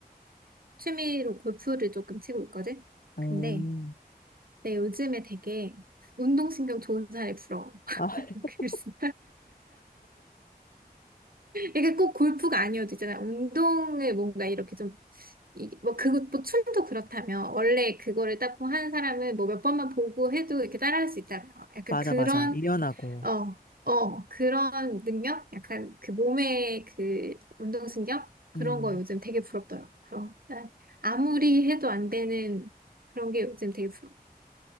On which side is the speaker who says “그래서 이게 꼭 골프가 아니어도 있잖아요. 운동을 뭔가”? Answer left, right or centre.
Right